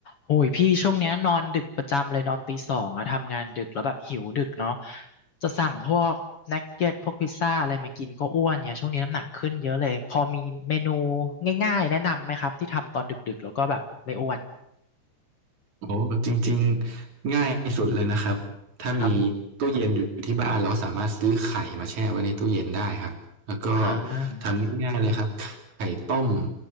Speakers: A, on the left; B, on the right.
A: โอ้ยพี่ช่วงเนี้ยนอนดึกประจำเลยนอนตีสองอะทำงานดึกแล้วแบบหิวดึกเนาะจะสั่งพวกนักเก็ตพวกพิซซ่าอะไรมากินก็อ้วนเนี่ยช่วงนี้น้ำหนักขึ้นเยอะเลยพอมีเมนูง่ายๆแนะนำไหมครับที่ทำตอนดึกๆแล้วก็แบบไม่อ้วน
B: โอ้จริงๆง่ายสุดเลยนะครับถ้ามี
A: ครับ
B: ตู้เย็นอยู่ที่บ้านเราสามารถซื้อไข่มาแช่ไว้ในตู้เย็นได้ครับแล้วก็
A: อ่า
B: ทำง่ายๆเลยครับไข่ต้ม